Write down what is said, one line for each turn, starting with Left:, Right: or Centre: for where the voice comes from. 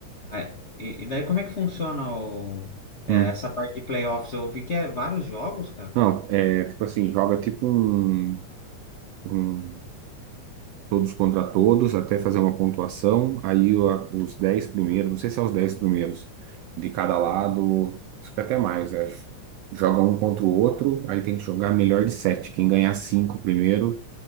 Left: Ah, é. E, e daí como é que funciona o, é,
Right: Hum.
Left: essa parte de playoffs? Eu vi que é vários jogos, cara.
Right: Não, é tipo assim, joga tipo um, um todos contra todos até fazer uma pontuação. Aí o- a- os 10 primeiros, não sei se é os 10 primeiros, de cada lado, fica até mais, acho. Joga um contra o outro, aí tem que jogar melhor de sete Quem ganhar 5 primeiro,